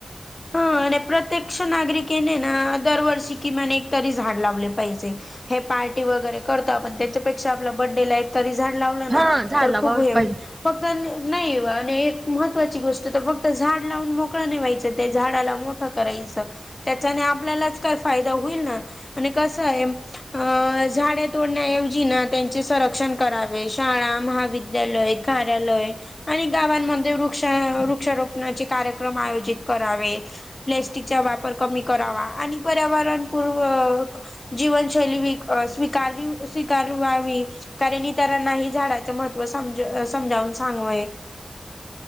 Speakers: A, on the left; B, on the right.
A: हा आणि प्रत्यक्ष नागरिकेने ना दरवर्षी किमान एक तरी झाड लावले पाहिजे. हे पार्टी वगैरे करतो आपण त्याच्यापेक्षा आपल्या बर्थडे ला एक तरी झाड लावलं ना
B: हा झाड
A: तर
B: लावावं
A: खूप हे हुईल
B: पाहिजे
A: फक्त नाही आणि एक महत्त्वाची गोष्ट तर फक्त झाड लावून मोकळं नाही व्हायचं ते झाडाला मोठं करायचं. त्याच्याने आपल्यालाच काय फायदा हुईल ना आणि कसं हे. अ झाडे तोडण्याऐवजी ना त्यांचे संरक्षण करावे. शाळा महाविद्यालय कार्यालय आणि गावांमध्ये वृक्ष वृक्षारोप णाचे कार्यक्रम आयोजित करावेत. प्लॅस्टिकचा वापर कमी करावा आणि पर्यावरण पूर्व जीवनशैली स्विक स्वीकार स्वीकारवावी. कारण ईतरांनाही झाडाचं महत्त्व समजु समजावून सांगवय